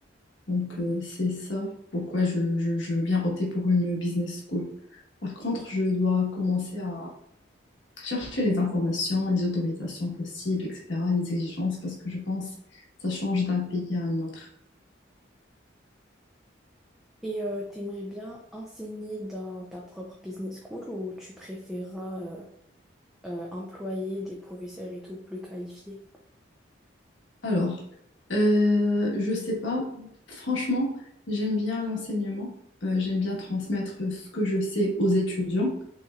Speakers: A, on the left; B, in the centre.
A: Donc, euh, c'est ça pourquoi je, je- je veux bien opter pour une business school. Par contre, je dois commencer à chercher les informations, les autorisations possibles, etc., les exigences, parce que je pense que ça change d'un pays à un autre.
B: Et euh, t'aimerais bien enseigner dans ta propre business school ou tu préféreras euh, euh, employer des professeurs et tout plus qualifiés?
A: Alors, euh, je sais pas, franchement, j'aime bien l'enseignement, euh, j'aime bien transmettre ce que je sais aux étudiants.